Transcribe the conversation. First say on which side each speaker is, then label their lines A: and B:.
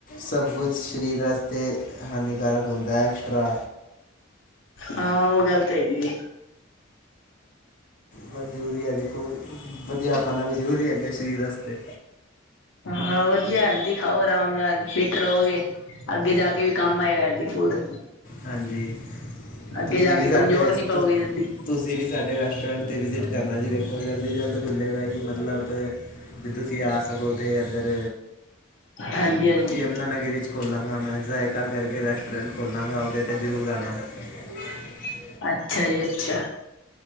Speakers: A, on the left; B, on the left.
A: ਸਭ ਕੁਛ ਸਰੀਰ ਵਾਸਤੇ ਹਾਨੀਕਾਰਕ ਹੁੰਦਾ ਐਕਸਟਰਾ
B: ਹਾਂ ਉਹ ਗਲਤ ਹੈ ਜ ਜ
A: ਬਸ ਜ਼ਰੂਰੀ ਹੈ ਦੇਖੋ ਵਧੀਆ ਖਾਣਾ ਵੀ ਜ਼ਰੂਰੀ ਹੈਗਾ ਸਰੀਰ ਵਾਸਤੇ
B: ਹਾਂ ਵਧੀਆ ਹੈਲਦੀ ਖਾਓ ਆਰਾਮ ਨਾਲ ਫਿਟ ਰਹੋਗੇ ਅੱਗੇ ਜਾ ਕੇ ਵੀ ਕੰਮ ਆਏਗਾ ਡੀ ਫੋਲਡਰ
A: ਹਾਂਜੀ
B: ਅੱਗੇ
A: ਤੁਸੀਂ
B: ਜਾ
A: ਵੀ
B: ਕੇ
A: ਸਾਡੇ
B: ਕਮਜ਼ੋਰ ਨਹੀਂ ਪਾਓਗੇ ਜਲਦੀ
A: ਤੁਸੀਂ ਵੀ ਸਾਡੇ ਰੈਸਟੋਰੈਂਟ ਅਤੇ ਵਿਜ਼ਿਟ ਕਰਨਾ ਜੀ ਦੇਖੋ ਜਲਦੀ ਜਲਦ ਖੁੱਲ੍ਹੇਗਾ ਜੀ ਮਤਲਬ ਅਤੇ ਜ ਤੁਸੀਂ ਆ ਸਕੋ ਤਾਂ ਇੱਧਰ
B: ਹਾਂਜੀ ਹਾਂਜੀ
A: ਯਮੁਨਾਾਨਗਰ ਵਿੱਚ ਖੋਲਾਂਗਾ ਮੈਂ ਜਾਇਕਾ ਕਰਕੇ ਰੈਸਟੋਰੈਂਟ ਖੋਲ੍ਹਾਂਗਾ ਉਹਦੇ ਅਤੇ ਜ਼ਰੂਰ ਆਉਣਾ ਰੈਸਟੋਰੈਂਟ
B: ਅੱਛਾ ਜੀ ਅੱਛਾ